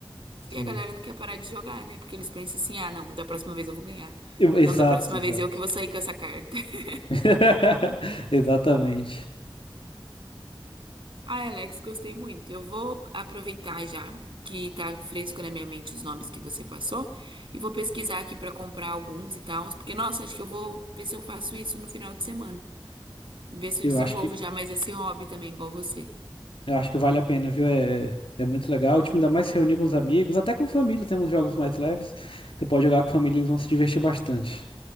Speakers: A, on the left; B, on the right.
A: Sim.
B: E a galera não quer parar de jogar, né? Porque eles pensam assim: ah, não, da próxima vez eu vou ganhar.
A: Eu- exato,
B: Não, da próxima
A: exato.
B: vez eu que vou sair com essa carta. <laughs>
A: <laughs> Exatamente.
B: Ah, Alex, gostei muito. Eu vou aproveitar já que tá fresco na minha mente os nomes que você passou e vou pesquisar aqui pra comprar alguns e tal, porque nossa, acho que eu vou ver se eu faço isso no final de semana. Ver se
A: Eu
B: eu desenvolvo
A: acho que
B: já mais esse hobby também, igual você.
A: Eu acho que vale a pena, viu? É, é muito legal. O time ainda mais se reunir com os amigos, até com família, tem uns jogos mais leves. Você pode jogar com a família, eles vão se divertir bastante.